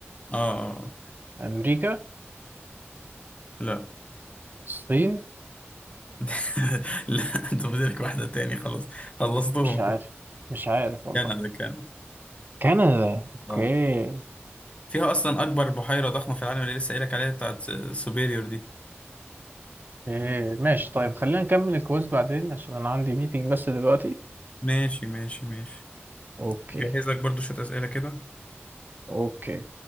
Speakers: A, on the left; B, on the right.
A: اه آه. آه.
B: أمريكا
A: لا
B: الصين
A: <laughs> لا انت بدك واحدة تاني خلاص خلصتهم
B: مش عارف
A: كده
B: مش عارف والله
A: كندا كانت
B: كندا اوكي
A: اه فيها اصلا اكبر بحيرة ضخمة في العالم اللي لسه قايلك عليها بتاعت سوبيريور دي
B: إيه ماشي طيب خلينا نكمل الكويز بعدين عشان انا عندي ميتنج بس دلوقتي
A: ماشي ماشي ماشي
B: اوكي
A: جهزك برضو شوية اسئلة كده
B: اوكي